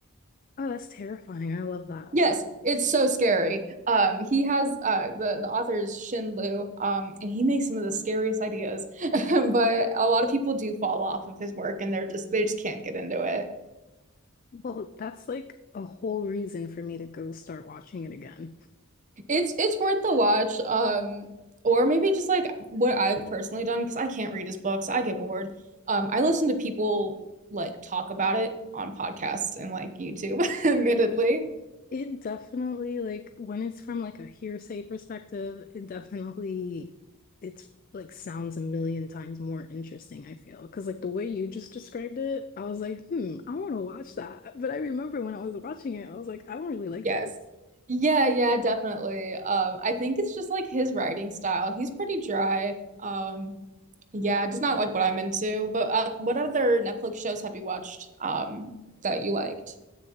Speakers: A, on the left (about 40°); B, on the right (about 35°).
A: Oh, that's terrifying. I love that.
B: Yes, it's so scary. Um, he has uh, the the author is Shin Liu, um, and he makes some of the scariest ideas. <laughs> But a lot of people do fall off of his work, and they're just they just can't get into it.
A: Well, that's like a whole reason for me to go start watching it again.
B: It's it's worth the watch. Um, or maybe just like what I've personally done, because I can't read his books. I get bored. Um, I listen to people like talk about it on podcasts and like YouTube, <laughs> admittedly.
A: It definitely like when it's from like a hearsay perspective, it definitely it's like sounds a million times more interesting, I feel. Because like the way you just described it, I was like, hmm, I want to watch that. But I remember when I was watching it, I was like, I don't really like
B: Yes.
A: this.
B: Yeah, yeah, definitely. Um, I think it's just like his writing style. He's pretty dry. Um, yeah, just not like what I'm into. But uh, what other Netflix shows have you watched um that you liked?